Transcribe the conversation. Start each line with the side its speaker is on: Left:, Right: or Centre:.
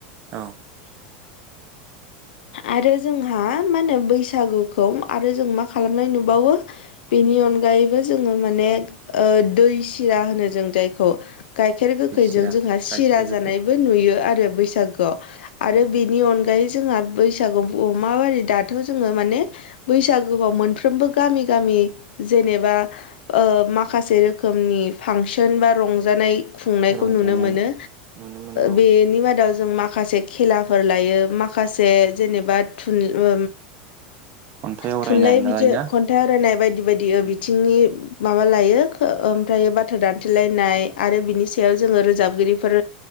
Right: औ
Left: आरो जोंहा मा होनो बैसागोखौ आरो जों मा खालामनाय नुबावो बेनि अनगायैबो जोंङो माने ओ दै सिरा होनो जों जायखौ गाइखेर गोखैजों
Right: लेसिरा
Left: जोंहा सिरा
Right: गाइखेर गोखै
Left: जानायबो नुयो आरो बैसागोयाव आरो
Right: उम
Left: बे नि अनगायै जोंहा बैसागुखौ‌ मि बि दाथ' जोंङो माने बैसागोयाव मोनफ्रोमबो गामि गामि जेनेबा ओ माखासे रोखोमनि फांसन बा रंजानाय खुंनायखौ
Right: रंजानाय
Left: नुनो मोनो
Right: नुनो मोनो औ
Left: बेनि मादाव जों माखासे खेलाफोर लायो मा खासे जेनेबा थुन ओ
Right: खन्थाइ आवरायनाय
Left: थुनलाइ बिजिर
Right: नालाय ना
Left: खन खनथाइ आवरायनाय बायदि बायदि
Right: औ
Left: बिथिंनि माबा लायो ओमफ्राय बाथ्रा दान लायनाय आरो बिनि सायाव जोंङो रोजाबगिरिफोर